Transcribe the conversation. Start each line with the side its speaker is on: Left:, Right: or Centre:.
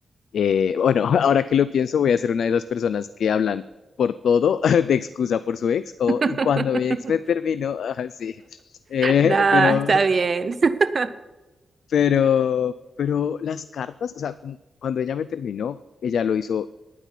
Left: eh, bueno, <laughs> ahora que lo pienso voy a ser una de esas personas que hablan por todo <laughs> de excusa por su ex, como,
Right: <laughs>
Left: y cuando mi ex me terminó, <laughs> así, pero
Right: Nada, está bien. <laughs>
Left: Pero, pero las cartas, o sea, como cuando ella me terminó, ella lo hizo.